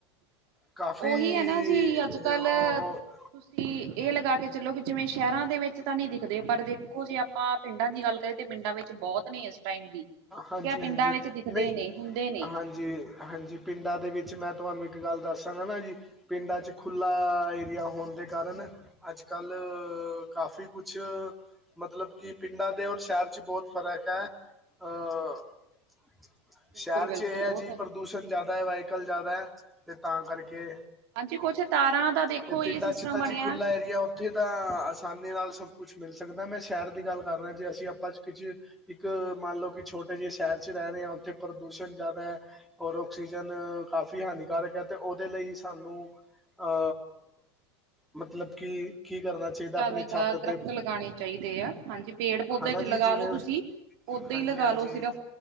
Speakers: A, on the right; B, in the centre.
A: <inaudible>
B: ਕਾਫੀ
A: ਓਹੀ ਐ ਨਾ ਜੀ
B: ਅ
A: ਅੱਜ- ਕੱਲ੍ਹ
B: ਉਹ
A: ਤੁਸੀਂ ਇਹ ਲਗਾ ਕੇ ਚਲੋ ਕਿ ਜਿਵੇਂ ਸ਼ਹਿਰਾਂ ਦੇ ਵਿੱਚ ਉਹ ਤਾਂ ਨੀ ਦਿਖਦੇ ਪਰ ਦੇਖੋ ਜੇ ਆਪਾਂ ਪਿੰਡਾਂ ਦੀ ਗੱਲ ਕਰੀਏ ਤਾਂ ਪਿੰਡਾਂ ਵਿੱਚ ਬਹੁਤ ਨੇ ਇਸ ਟਾਈਮ ਵੀ ਠੀਕ
B: ਹਾਂਜੀ-
A: ਹੈ ਪਿੰਡਾਂ
B: ਹਾਂਜੀ
A: ਵਿੱਚ ਦਿਖਦੇ
B: ਨਹੀਂ
A: ਨੇ ਹੁੰਦੇ
B: <inaudible>
A: ਨੇ
B: ਹਾਂਜੀ ਹਾਂਜੀ ਪਿੰਡਾਂ ਦੇ ਵਿੱਚ ਮੈਂ ਤੁਹਾਨੂੰ ਇੱਕ ਗੱਲ ਦੱਸਗਾ ਨਾ ਜੀ ਪਿੰਡਾਂ ਚ ਖੁੱਲ੍ਹਾ ਏਰੀਆ ਹੋਣ ਦੇ ਕਾਰਨ ਅੱਜ-ਕੱਲ੍ਹ ਕਾਫੀ ਕੁਛ ਮਤਲਬ ਕਿ ਪਿੰਡਾਂ ਦੇ ਔਰ ਸ਼ਹਿਰ 'ਚ ਬਹੁਤ ਫ਼ਰਕ ਐ ਅਹ <inaudible>
A: ਬਿਲਕੁਲ
B: ਸ਼ਹਿਰ
A: ਬਿਲਕੁਲ
B: ਚ ਇਹ ਐ ਆ
A: ਉਹ
B: ਜੀ
A: ਤਾਂ
B: ਪ੍ਰਦੂਸ਼ਣ ਜ਼ਿਆਦਾ ਵਾਈਕਲ ਜ਼ਿਆਦਾ ਐ ਤੇ ਤਾਂ ਕਰਕੇ
A: ਹਾਂਜੀ ਕੁਛ ਤਾਰਾਂ ਦਾ ਦੇਖੋ
B: ਤੇ ਪਿੰਡਾਂ
A: ਇਹ ਸਿਸਟਮ
B: ਚ ਤਾਂ
A: ਬਣਿਆ
B: ਜੀ ਖੁੱਲਾ ਏਰੀਆ ਉੱਥੇ ਤਾਂ ਆਸਾਨੀ ਨਾਲ ਸਭ ਕੁਛ ਮਿਲ ਸਕਦਾ ਮੈਂ ਸ਼ਹਿਰ ਦੀ ਗੱਲ ਕਰ ਰਿਹਾ ਜੀ ਅਸੀਂ ਆਪਾਂ 'ਚ ਕੁਝ ਇੱਕ ਮੰਨ ਲਓ ਕਿ ਛੋਟੇ ਜਿਹੇ ਸ਼ਹਿਰ ਚ ਰਹਿ ਰਹੇ ਆ ਉੱਥੇ ਪ੍ਰਦੂਸ਼ਣ ਜ਼ਿਆਦਾ ਐ ਔਰ ਆਕਸੀਜਨ ਕਾਫੀ ਹਾਨੀਕਾਰਕ ਐ ਅਤੇ ਉਹਦੇ ਲਈ ਸਾਨੂੰ ਆ ਮਤਲਬ ਕੀ, ਕੀ ਕਰਨਾ ਚਾਹੀਦਾ
A: ਜ਼ਿਆਦਾ
B: ਆਪਣੀ
A: -ਜ਼ਿਆਦਾ
B: ਛੱਤ
A: ਦੱਰਖਤ
B: ਤੇ
A: ਲਗਾਣੇ ਚਾਹੀਦੇ ਆ ਹਾਂਜੀ ਪੇੜ ਪੌਦੇ
B: ਹਨਾ
A: ਚ
B: ਜੀ
A: ਲਗਾ
B: ਜਿਵੇਂ
A: ਲੋ ਤੁਸੀਂ ਓਦਾਂ
B: ਹਾਂਜੀ
A: ਹੀ ਲਗਾ
B: ਹਾਂਜੀ
A: ਲੋ ਸਿਰਫ਼